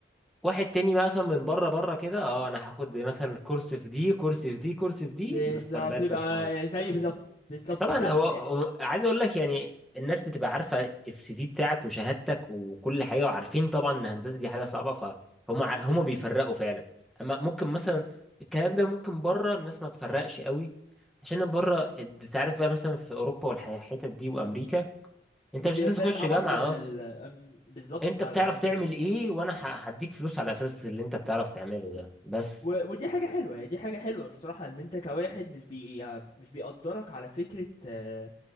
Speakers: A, in the centre; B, on the left (about 30°).
A: واحد تاني بقى مثلا من بره بره كده اه انا هاخد مثلا كورس في دي كورس في دي كورس في دي
B: بالظبط
A: بس انا بقيت
B: يبقى
A: مش مهندس
B: زي بالظبط بالظبط
A: طبعا
B: فعلا
A: هو هو-
B: يعني
A: عايز اقول لك يعني الناس بتبقى عارفه السي في بتاعك وشهادتك وكل حاجه وعارفين طبعا ان الهندسه دي حاجه صعبه فهم ع- هم بيفرقوا فعلا اما ممكن مثلا
B: م.
A: الكلام ده ممكن بره الناس ما تفرقش قوي عشان بره انت عارف بقى مثلا في اوروبا والحتت دي وامريكا انت
B: مش
A: مش
B: بيبقى
A: لازم
B: فارق
A: تخش
B: معاهم
A: جامعه
B: اصلا ال-
A: اصلا
B: م- بالظبط
A: انت
B: فعلا
A: بتعرف
B: اه انت
A: تعمل
B: مش
A: ايه وانا ه- هديك فلوس على اساس اللي انت بتعرف تعمله ده بس
B: و... ودي حاجة حلوة دي حاجة حلوة الصراحة ان انت كواحد مش بي يعني مش بيقدرك على فكرة آه،